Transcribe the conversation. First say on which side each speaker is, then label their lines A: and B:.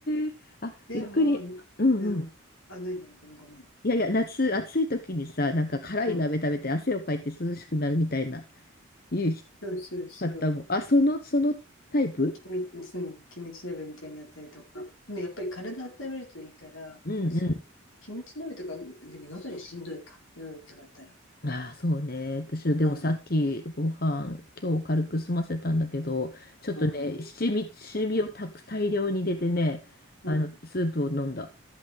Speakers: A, on the left; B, on the left.
A: ーあ、
B: でも、
A: 逆に、
B: うん。
A: うんうん。
B: あ、なになに、ごめんごめん。
A: いやいや、夏、暑い時にさ、なんか辛い鍋食べて汗をかいて涼しくなるみたいな、
B: うん。
A: いう
B: そうそうそう。
A: 方も。あ、その、そのタイプ
B: キム、うん、キムチ鍋みたいなのやったりとか。でもやっぱり体温めるといいから、
A: うんうん。
B: あ、すキムチ鍋とか、でも喉にしんどいか。喉痛かったら。
A: ああ、そうね。私、でもさっきご飯、
B: うん、
A: 今日軽く済ませたんだけど、ちょっとね、
B: うん、
A: 七味、七味をたく大量に入れてね、
B: うん。
A: あの、スープを飲んだ。